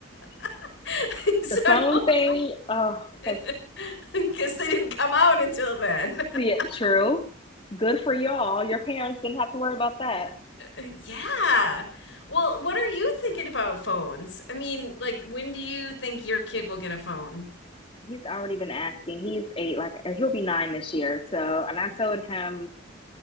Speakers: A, on the left (about 70°); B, on the left (about 30°).
A: <laughs> so
B: The
A: don't
B: phone thing, oh, that's
A: <laughs> because they didn't come out until then.
B: yeah,
A: <laughs>
B: true. Good for y'all. Your parents didn't have to worry about that.
A: Yeah. Well, what are you thinking about phones? I mean, like, when do you think your kid will get a phone?
B: He's already been asking. He's eight, like he'll be nine this year. So, and I told him